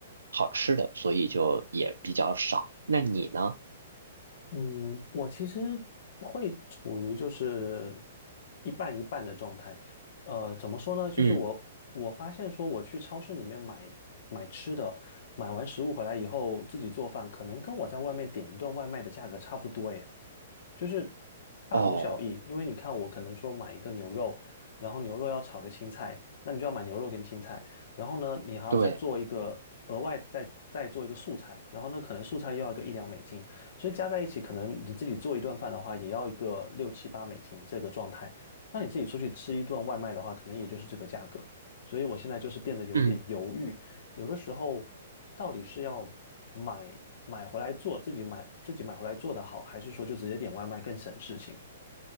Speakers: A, on the right; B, on the left.
A: 好吃的，所以就也比较少。那你呢？
B: 嗯，我其实会处于就是一半一半的状态。呃，怎么说呢？就是我我发现说，
A: 嗯，
B: 我去超市里面买买吃的，买完食物回来以后自己做饭，可能跟我在外面点一顿外卖的价格差不多耶，就是大同小异。
A: 哦，
B: 因为你看，我可能说买一个牛肉，然后牛肉要炒个青菜，那你就要买牛肉跟青菜。然后呢，你还要再做一个额外再再做一个素菜，
A: 对。
B: 然后呢，可能素菜又要个一两美金，所以加在一起，可能你自己做一顿饭的话，也要一个六七八美金这个状态。那你自己出去吃一顿外卖的话，可能也就是这个价格。所以我现在就是变得有点犹豫，
A: 嗯。
B: 有的时候到底是要买买回来做，自己买自己买回来做的好，还是说就直接点外卖更省事情？